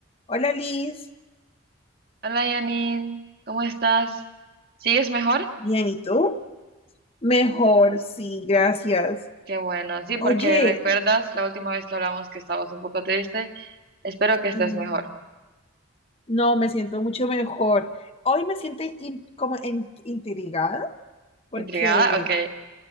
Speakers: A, on the left (about 30°); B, on the right (about 45°).
A: Hola Liz,
B: Hola Yanin, ¿cómo estás? ¿Sigues mejor?
A: bien, ¿y tú? Mejor, sí, gracias.
B: Qué bueno, sí, porque
A: Oye,
B: recuerdas la última vez que hablamos que estabas un poco triste. Espero que estés
A: mm,
B: mejor.
A: no, me siento mucho mejor. Hoy me siento in- como en- intrigada porque,
B: ¿Intrigada? Ok.